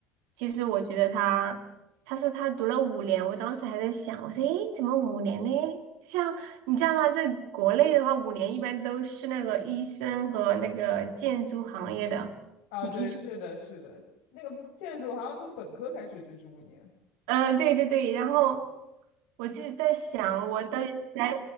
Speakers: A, on the right; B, on the left.
A: 其实我觉得他，他说他读了五年，我当时还在想，我说，诶，怎么五年呢？像你知道吗？在国内的话，五年一般都是那个医生和那个建筑行业的。
B: 啊，
A: 你听。
B: 对，是的，是的，那个建筑好像从本科开始就是五年。
A: 嗯，对对对，然后我就是在想，我到底是该，